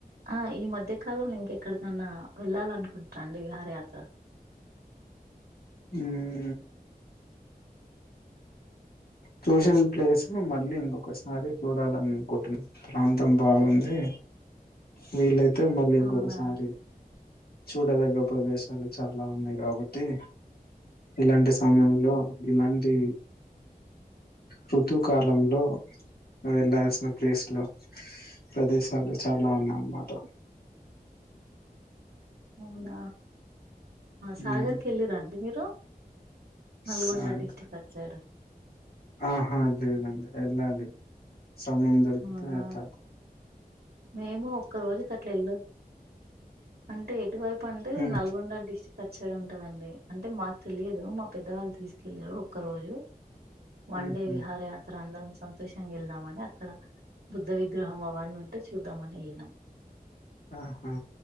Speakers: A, on the right; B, on the left.
A: ఆ ఈ మధ్యకాలం ఇంకెక్కడికన్నా వెళ్ళాలి అనుకుంటార అండి విహారయాత్ర
B: ఉమ్ చూసిన ప్లేస్ మళ్ళీ ఇంకొకసారి చూడాలని అనుకుంటున్నాం ప్రాంతం బాగుంది వీలైతే మళ్ళీ ఇంకొకసారి
A: అవునా
B: చూడదగ్గ ప్రదేశాలు చాలా ఉన్నాయి కాబట్టి ఇలాంటి సమయంలో ఇలాంటి ఋతువు కాలంలో వెళ్ళాల్సిన ప్లేస్ లో ప్రదేశాలు చాలా ఉన్నాయి అన్నమాట
A: అవున సాగర్కి
B: హ్మ్.
A: వెళ్ళిరా అండి మీరు నల్గొండ
B: సాగ్
A: డిస్టిక్ట్ అటు సైడ్
B: ఆహా లేదండి ఎలాలి సమయం దొరుకుతే
A: అవునా
B: వెళ్తా
A: మేము ఒక్క రోజుకి అట్లా వెళ్ళాం అంటే ఎటువైపు అంటే
B: హ్మ్.
A: నల్గొండ డిస్టిక్ట్ అటు సైడ్ ఉంటదండి అంటే మాకు తెలియదు మా పెద్దవాళ్ళు తీసుకెళ్ళారు ఒక్క రోజు వన్
B: ఉహు.
A: డే విహార యాత్ర అందరం సంతోషంగా వెళ్దామని అక్కడ బుద్ధ విగ్రహం అవన్ని ఉం టే చూద్దామని వెళ్ళినం
B: ఆహా